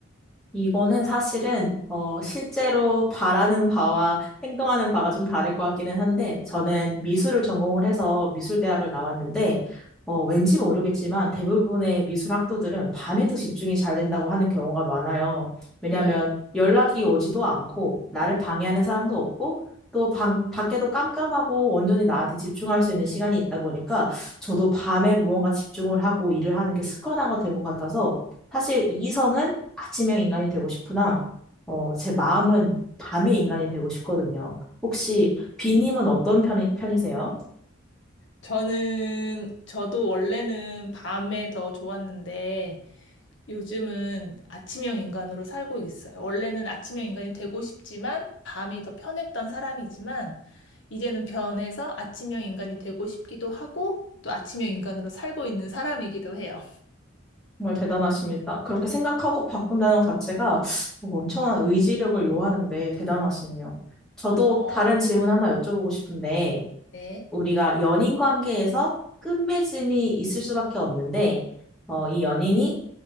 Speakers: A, in the centre; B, on the left.
A: 이거는 사실은 어, 실제로 바라는 바와 행동하는 바가 좀 다를 것 같기는 한데 저는 미술을 전공을 해서 미술대학을 나왔는데 어, 왠지 모르겠지만 대부분의 미술 학도들은 밤에도 집중이 잘 된다고 하는 경우가 많아요. 왜냐하면
B: 네,
A: 연락이 오지도 않고 나를 방해하는 사람도 없고 또 방, 밖에도 깜깜하고 온전히 나한테 집중할 수 있는 시간이 있다 보니까 저도 밤에 무언가 집중을 하고 일을 하는 게 습관화가 된 것 같아서 사실 이성은 아침형 인간이 되고 싶으나, 어, 제 마음은 밤의 인간이 되고 싶거든요. 혹시 비님은 어떤 편이, 편이세요?
B: 저는 저도 원래는 밤에 더 좋았는데 요즘은 아침형 인간으로 살고 있어요. 원래는 아침형 인간이 되고 싶지만 밤이 더 편했던 사람이지만 이제는 변해서 아침형 인간이 되고 싶기도 하고 또 아침형 인간으로 살고 있는 사람이기도 해요.
A: 정말 대단하십니다. 그렇게 생각하고 바꾼다는 것 자체가 뭐 엄청난 의지력을 요하는데 대단하시네요. 저도
B: 어,
A: 다른 질문 하나 여쭤보고 싶은데,
B: 네.
A: 우리가 연인 관계에서 끝맺음이 있을 수밖에 없는데, 어, 이 연인이